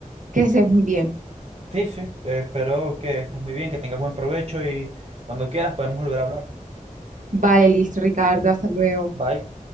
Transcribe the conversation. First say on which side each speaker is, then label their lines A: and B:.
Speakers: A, on the right; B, on the right.
A: que estés muy bien.
B: Sí, sí. eh, espero que estés muy bien, que tengas buen provecho y cuando quieras podemos volver a hablar.
A: Vale, listo, Ricardo, hasta luego.
B: Bye.